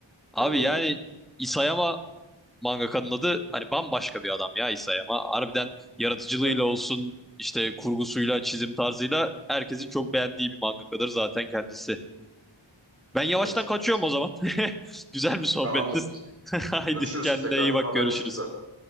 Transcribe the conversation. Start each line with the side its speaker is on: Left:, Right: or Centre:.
Centre: Abi
Right: Öyle yani.
Centre: yani Isayama mangakanın adı hani bambaşka bir adam ya Isayama. Harbiden yaratıcılığıyla
Right: Evet.
Centre: olsun işte kurgusuyla çizim tarzıyla herkesin çok beğendiği bir mangakadır zaten kendisi. Ben yavaştan
Right: Evet.
Centre: kaçıyorum
Right: Evet.
Centre: o zaman. <laughs> Güzel bir sohbetti.
Right: Tamamdır.
Centre: <laughs> Haydi
Right: Görüşürüz.
Centre: kendine
Right: Tekrardan
Centre: iyi bak
Right: haberleşiriz
Centre: görüşürüz.
Right: zaten.